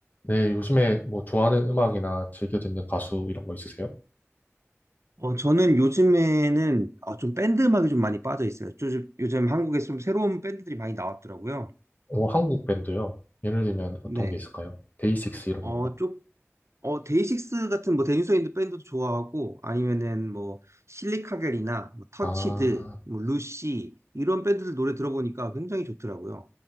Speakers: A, on the left; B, on the right.
A: 네, 요즘에 뭐 좋아하는 음악이나 즐겨 듣는 가수 이런 거 있으세요?
B: 어, 저는 요즘에는 아, 좀 밴드 음악에 좀 많이 빠져 있어요. 요즘, 요즘 한국에 좀 새로운 밴드들이 많이 나왔더라고요.
A: 오 한국 밴드요. 예를 들면 어떤
B: 네.
A: 게 있을까요? 데이식스 이런
B: 어,
A: 건가?
B: 쪽, 어, 데이식스 같은 뭐 데니소인드 밴드도 좋아하고 아니면은 뭐 실리카겔이나 뭐 터치드,
A: 아,
B: 뭐 루시 이런 밴드들 노래 들어보니까 굉장히 좋더라고요.